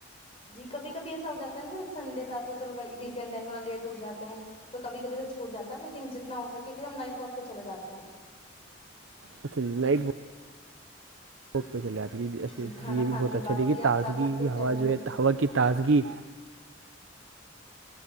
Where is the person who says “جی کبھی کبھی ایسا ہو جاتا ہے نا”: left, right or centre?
Left